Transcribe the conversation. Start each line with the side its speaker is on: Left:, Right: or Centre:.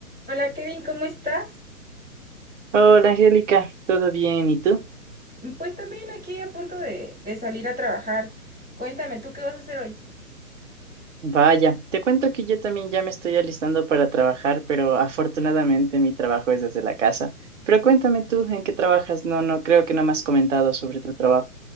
Centre: Hola Kevin, ¿cómo estás?
Right: Hola Angélica, ¿todo bien? ¿Y tú?
Centre: Pues también aquí a punto de, de salir a trabajar. Cuéntame, ¿tú qué vas a hacer hoy? <laughs>
Right: Vaya, te cuento que yo también ya me estoy alistando para trabajar, pero afortunadamente mi trabajo es desde la casa. Pero cuéntame tú, ¿en qué trabajas? No, no, creo que no me has comentado sobre tu trabajo.